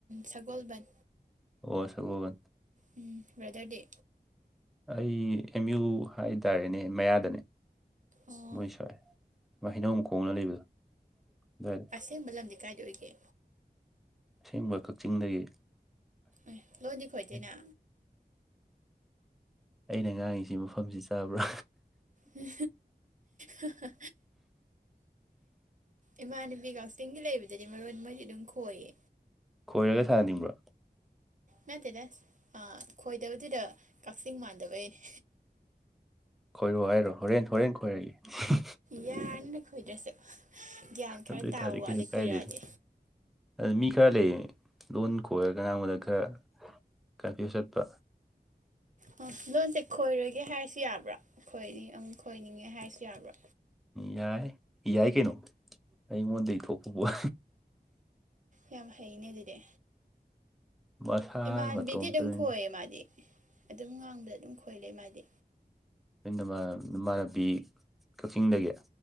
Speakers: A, on the right; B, in the centre.
A: ꯁꯒꯣꯜꯕꯟ
B: ꯑꯣ ꯁꯒꯣꯕ
A: ꯎꯝ ꯕ꯭ꯔꯥꯗꯔ ꯗꯦ
B: ꯑꯩ ꯑꯦꯝ ꯌꯨ ꯍꯥꯏꯇꯥꯔꯦꯅꯦ ꯃꯌꯥꯗꯅꯦ
A: ꯑꯣ
B: ꯃꯣꯏ ꯁ꯭ꯏ ꯍꯩꯅꯧ ꯈꯣꯡꯅ ꯂꯩꯕꯗꯣ ꯑꯗꯨꯏ
A: ꯑꯊꯦꯡꯕ ꯂꯝꯗꯤ ꯀꯥꯏꯏꯗ ꯑꯣꯏꯒꯦ
B: ꯑꯁꯦꯡꯕ ꯀꯛꯆꯤꯡꯗꯒꯤ
A: ꯑꯦ ꯂꯣꯏꯗꯤ ꯈꯣꯏꯗꯦꯅꯦ
B: ꯑꯦ ꯑꯩꯅ ꯉꯥꯡꯉꯤꯁꯤ ꯃꯐꯝꯁꯤ ꯆꯥꯕ꯭ꯔꯥ
A: ꯍꯤ ꯍꯤ ꯏꯃꯥꯟꯅꯕꯤ ꯀꯥ ꯇꯤꯡꯒꯤ ꯂꯩꯕꯗꯗꯤ ꯃꯔꯣꯟ ꯃꯣꯏꯗꯤ ꯑꯗꯨꯝ ꯈꯣꯏꯌꯦ
B: ꯈꯣꯏꯔꯒ ꯁꯥꯅꯤꯡꯕ꯭ꯔꯣ
A: ꯅꯠꯇꯦꯗ ꯈꯣꯏꯗꯕꯗꯨꯗ ꯀꯛꯆꯤꯡ ꯃꯥꯟꯗꯕꯩꯅꯦ
B: ꯈꯣꯏꯔꯛꯑꯣ ꯍꯥꯏꯔꯣ ꯍꯣꯔꯦꯟ ꯍꯣꯔꯦꯟ ꯈꯣꯏꯔꯒꯦ
A: ꯌꯥꯔꯅꯤꯗ ꯈꯣꯏꯗ꯭ꯔꯁꯨ ꯒ꯭ꯌꯥꯟ ꯈꯔ
B: ꯑꯗꯨ ꯑꯣꯏ
A: ꯇꯥꯕ
B: ꯇꯥꯔꯗꯤ
A: ꯋꯥꯠꯂꯦ
B: ꯀꯩꯁꯨ ꯀꯥꯏꯗꯦꯗ
A: ꯈꯣꯏꯔꯛꯑꯗꯤ
B: ꯃꯤ ꯈꯔ ꯂꯩꯌꯦ ꯂꯣꯟ ꯈꯣꯏꯔꯒ ꯉꯥꯡꯕꯗ ꯈꯔ ꯀꯔꯐ꯭ꯌꯨꯁ ꯆꯠꯄ
A: ꯑꯣ ꯂꯣꯟꯁꯦ ꯈꯣꯏꯔꯒꯦ ꯍꯥꯏꯔꯁꯨ ꯌꯥꯕ꯭ꯔꯥ ꯈꯣꯏ ꯑꯃꯨꯛ ꯈꯣꯏꯅꯤꯡꯉꯦ ꯍꯥꯏꯔꯁꯨ ꯌꯥꯕ꯭ꯔꯥ
B: ꯌꯥꯏ ꯌꯥꯏ ꯀꯩꯅꯣ ꯑꯩꯉꯣꯟꯗꯒꯤ ꯊꯣꯛꯄꯕ
A: ꯌꯥꯝ ꯍꯩꯅꯦ ꯑꯗꯨꯗꯤ
B: ꯃꯁꯥ
A: ꯏꯃꯥꯟꯕꯤꯗꯤ
B: ꯃꯇꯣꯝꯇꯅꯤꯗ
A: ꯑꯗꯨꯝ ꯈꯣꯏꯌꯦ ꯃꯥꯗꯤ ꯑꯗꯨꯝ ꯉꯥꯡꯕꯗ ꯑꯗꯨꯝ ꯈꯣꯏ ꯂꯩ ꯃꯥꯗꯤ
B: ꯅ ꯅꯃꯥꯟꯅꯕꯤ ꯀꯛꯆꯤꯡꯗꯒꯤ